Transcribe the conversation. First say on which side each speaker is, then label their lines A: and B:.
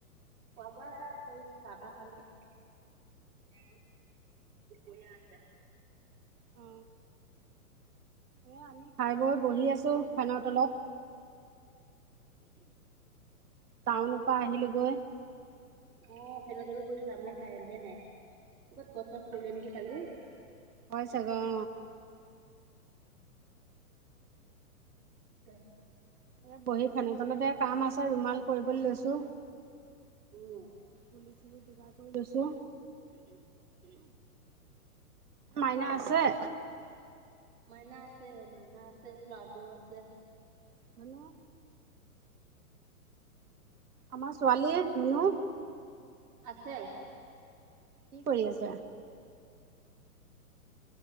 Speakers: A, on the right; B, on the right.
A: খোৱা বোৱা কৰি চাহ তাহ খালো ইয়াৰো দুপৰীয়া আছে
B: অ এ আমি খাই বৈ বহি আছো ফেনৰ তলত টাউনৰ পা আহিলোঁ গৈ।
A: অ, ভেল <unintelligible> কাৰেণ্টে নাই ক'বাত গছ চছ পৰিলে নেকি কালি।
B: হয় চাগে অ।
A: <unintelligible>
B: এ বহি ফেনৰ তলতে কাম আছে ৰুমাল কৰিবলৈ লৈছোঁ
A: উম
B: তুলি চুলি যোগাৰ কৰি লৈছোঁ মাইনা আছে?
A: মাইনা আছে মাইনা আছে ল'ৰাটো আছে
B: হেল্ল', আমাৰ ছোৱালীৰ ধুনু
A: আছে।
B: কি কৰি আছে?